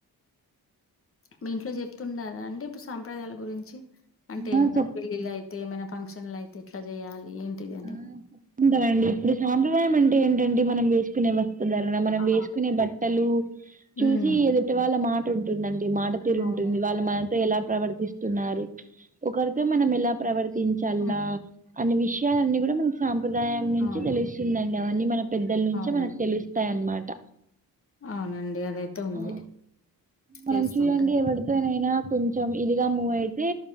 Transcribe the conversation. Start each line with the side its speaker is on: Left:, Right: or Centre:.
Left: మీ ఇంట్లో చెప్తుంనరా అండి ఇప్పుడు సాంప్రదాయాల గురించి అంటే
Right: ఆ!
Left: ఏ
Right: చెప్
Left: పెళ్ళిలు అయితే ఏమైనా ఫంక్షన్లు అయితే ఎట్లా చేయాలి ఏంటిదని
Right: ఆ చెప్తుంటారండి ఇప్పుడు సాంప్రదాయం అంటే ఏంటండి మనం వేసుకునే వ ఉదరానా మనం
Left: ఆ
Right: వేసుకునే బట్టలు చూసి
Left: హ్మ్
Right: ఎదుటి వాళ్ళ మాట ఉంటుందండి మాటతిరు ఉంటుంది
Left: అవును
Right: వాళ్ళు మనతో ఎలా ప్రవర్తిస్తున్నారు ఒకరితో మనం ఎలా ప్రవర్ గుర్తించలా
Left: హ్మ్
Right: అనే విషయాలన్ని కూడా మనకు సాంప్రదాయం నుంచి
Left: అవును
Right: తెలుస్తుందండి అవన్నీ మనం పెద్దల నుంచే
Left: అవును
Right: మనకు తెలుస్తాయి అన్నమాట
Left: అవునండి అదయితే ఉంది
Right: ఆ మనం
Left: తెలుస్తుంటది
Right: చూడండి ఎవరితోనైనా కొంచెం ఇదిగా మూవ్ అ అయితే